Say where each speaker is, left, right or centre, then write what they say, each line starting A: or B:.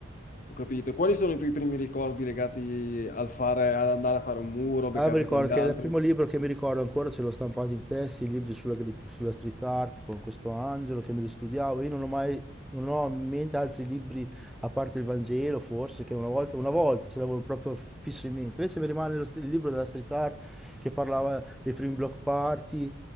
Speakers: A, on the left (about 40°); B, in the centre.
A: Ho capito. Quali sono i tuoi primi ricordi legati al fare, ad andare a fare un muro, beccarti
B: Ah, mi ricordo
A: con gli
B: che
A: altri?
B: il primo libro che mi ricordo ancora ce l'ho stampato in testa, i libri sulla, gri- sulla street art con questo angelo che me li studiavo. Io non ho mai, non ho in mente altri libri a parte il Vangelo, forse, che una volta, una volta ce l'avevo proprio fisso in mente. Invece mi rimane lo st- il libro della street art che parlava dei primi block party,